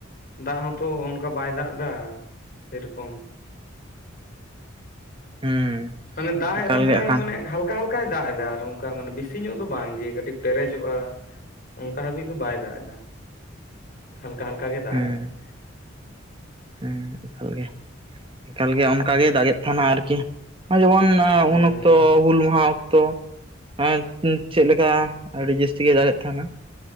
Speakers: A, on the left; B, on the right.
A: ᱫᱟᱜ ᱦᱚᱸᱛᱚ ᱚᱱᱠᱟ ᱵᱟᱭ ᱫᱟᱜ ᱮᱫᱟ ᱥᱮᱨᱚᱠᱚᱢ ᱾
B: ᱦᱮᱸ
A: ᱢᱟᱱᱮ ᱫᱟᱜ ᱜᱮ
B: ᱮᱠᱟᱞ
A: ᱨᱮᱦᱚᱸᱭ
B: ᱦᱟᱸᱜ ᱠᱷᱟᱱ
A: ᱢᱟᱱᱮ ᱦᱟᱞᱠᱟ ᱦᱟᱞᱠᱟᱭ ᱫᱟᱜ ᱮᱫᱟ ᱟᱨ ᱚᱱᱠᱟ ᱢᱟᱱᱮ ᱵᱤᱥᱤ ᱧᱚᱜ ᱫᱚ ᱵᱟᱝ ᱡᱮ ᱠᱟᱹᱴᱤᱡ ᱯᱮᱨᱮᱡᱚᱜᱼᱟ ᱾ ᱚᱱᱠᱟ ᱦᱟᱹᱵᱤᱡ ᱫᱚ ᱵᱟᱭ ᱫᱟᱜ ᱮᱫᱟ ᱾ ᱦᱟᱞᱠᱟ ᱦᱟᱞᱠᱟ ᱜᱮ ᱫᱟᱜ
B: ᱦᱮᱸ
A: ᱮᱫᱟᱭ ᱾
B: ᱦᱮᱸ ᱮᱠᱟᱞ ᱜᱮ, ᱮᱠᱟᱞ ᱜᱮ ᱚᱱᱠᱟ ᱜᱮᱭ ᱫᱟᱜᱮᱫ ᱛᱟᱦᱮᱱᱟ ᱟᱨᱠᱤ ᱡᱮᱢᱚᱱ
A: ᱦᱳᱭ
B: ᱩᱱ ᱚᱠᱛᱚ ᱦᱩᱞ ᱢᱟᱦᱟᱼᱼ ᱛᱚ <unintelligible> ᱪᱮᱫ ᱞᱮᱠᱟ ᱟᱹᱰᱤ ᱡᱟᱹᱥᱛᱤ ᱜᱮ ᱫᱟᱜᱮᱫ ᱛᱟᱦᱮᱱᱟ ᱾